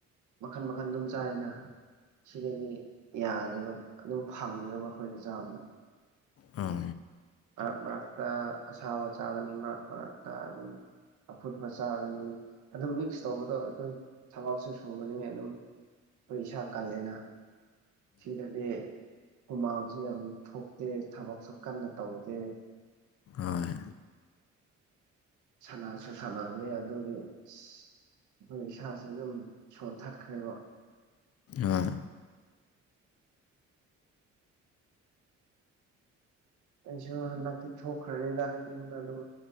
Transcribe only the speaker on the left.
ꯑ
ꯑꯣꯏ
ꯍꯣꯏ